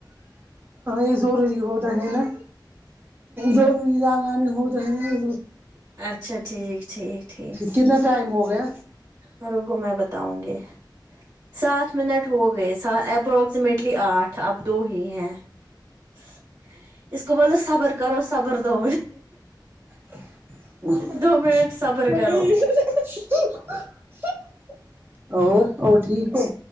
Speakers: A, on the right; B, on the right.
A: یہ ضروری ہوتا ہے نا ضروری لگانے ہوتے ہیں
B: اچھا ٹھیک ٹھیک ٹھیک
A: کتنا ٹائم ہو گیا
B: اور رکو میں بتا ونگی سات منٹ ہو گئےسہ اپروکسیمیٹلی آٹھ اب دو ہی ہیں اس اس کو بولو صبر کرو صبر دو
A: <unintelligible>
B: دو منٹ صبر کرو
A: اور اور ٹھیک ہو